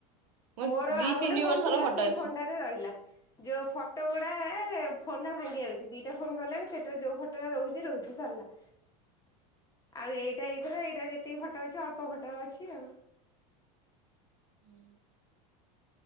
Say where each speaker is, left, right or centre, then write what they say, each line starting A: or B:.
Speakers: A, on the right; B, on the left.
A: ମୁଁ
B: ମୋର
A: ଦି
B: ଆଉ ଗୋଟେ
A: ତିନି
B: ଫୋନ
A: ବର୍ଷର
B: ଥିଲା
A: ଫଟୋ
B: ସେଇ
A: ଅଛି
B: ଫୋନଟାରେ ରହିଲା। ଯୋ ଫଟୋ ଗୁଡା ଫୋନ ଟା ଭାଙ୍ଗି ଯାଉଚି ଦିଟା ଫୋନ ଗଲାଣି ସେଇଟାରେ ଯଉ ଫଟୋଗୁଡ଼ା ରହୁଚି ରହୁଚି ସରିଲା।
A: <inaudible>
B: ଆଉ ଏଇଟା ଏଇଥର ଏଇଟା ଯେତିକି ଫଟୋ ଅଛି ଅଳ୍ପ ଫଟୋ ଅଛି ଆଉ।
A: ହୁଁ <inaudible>